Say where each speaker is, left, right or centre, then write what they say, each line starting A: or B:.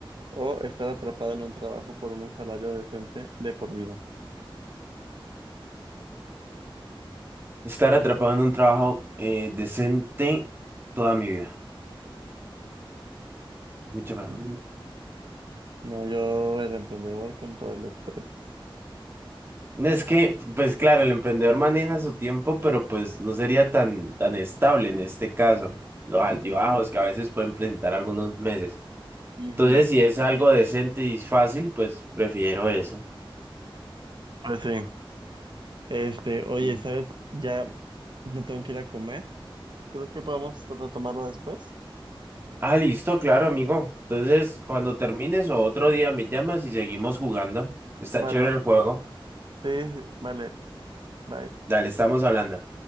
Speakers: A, on the right; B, on the right.
A: o estar atrapado en un trabajo por un salario decente de por vida?
B: Estar atrapado en un trabajo eh, decente toda mi vida. Mucho mejor.
A: Mm, No, yo el emprendedor con todo el estrés.
B: Es que, pues claro, el emprendedor maneja su tiempo, pero pues no sería tan, tan estable en este caso. Los altibajos que a veces pueden presentar algunos meses.
A: Ujú.
B: Entonces, si es algo decente y fácil, pues prefiero eso.
A: Pues sí. Este,
B: Y-
A: oye, ¿sabes? Ya me tengo que ir a comer. ¿Crees que podamos retomarlo después?
B: Ah, listo, claro, amigo. Entonces, cuando termines o otro día me llamas y seguimos jugando. Está
A: Vale.
B: chévere el juego.
A: Sí, sí, vale, bye.
B: Dale, estamos hablando.